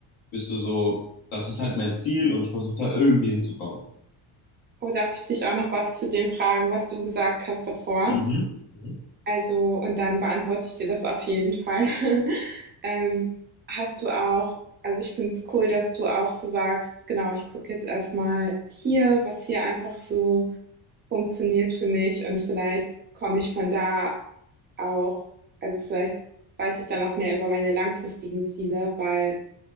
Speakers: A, on the left (about 75°); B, on the right (about 25°).
A: bist du so, das ist halt mein Ziel und ich versuche da irgendwie hinzukommen?
B: Oh, darf ich dich auch noch was zu dem fragen, was du gesagt hast davor?
A: Mhm. Mhm.
B: Also und dann beantworte ich dir das auf jeden Fall. <laughs> Ähm, hast du auch also ich finde es cool, dass du auch so sagst: „Genau, ich gucke jetzt erstmal hier, was hier einfach so funktioniert für mich und vielleicht komme ich von da auch, also vielleicht weiß ich dann auch mehr über meine langfristigen Ziele, weil